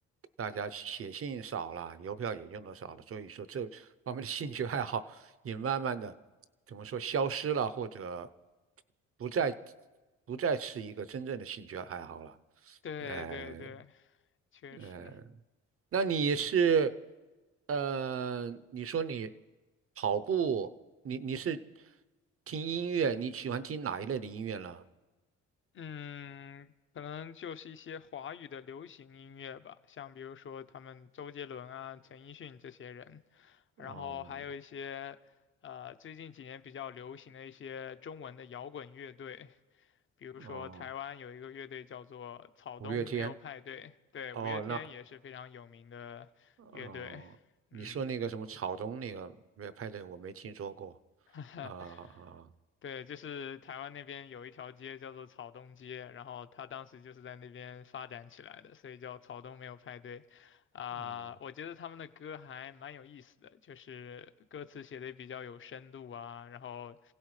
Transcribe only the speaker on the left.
对对对，
确实，
嗯，可能就是一些华语的流行音乐吧，像比如说他们周杰伦啊、陈奕迅这些人，然后还有一些呃最近几年比较流行的一些中文的摇滚乐队，
比如说台湾有一个乐队叫做草东没有派对，
对，
五月天也是非常有名的乐队，
嗯。
<laughs>
对，就是台湾那边有一条街叫做草东街，然后他当时就是在那边发展起来的，所以叫草东没有派对。啊、
我觉得他们的歌还蛮有意思的，就是歌词写的比较有深度啊，然后